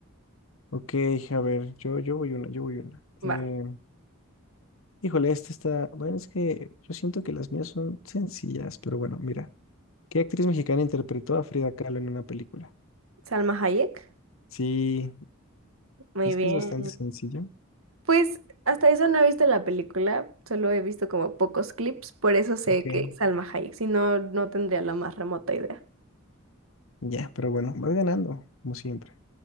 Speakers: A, on the left; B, on the right.
A: Ok, a ver, yo, yo voy una, yo voy una.
B: Va.
A: Eh, Híjole, esta está. Bueno, es que yo siento que las mías son sencillas, pero bueno, mira. ¿Qué actriz mexicana interpretó a Frida Kahlo en una película?
B: Salma Hayek.
A: Sí,
B: Muy
A: es
B: bien.
A: que es bastante sencillo.
B: Pues hasta eso no he visto la película, solo he visto como pocos clips, por eso sé
A: Ok.
B: que es Salma Hayek, si no, no tendría la más remota idea.
A: Ya, pero bueno, vas ganando, como siempre.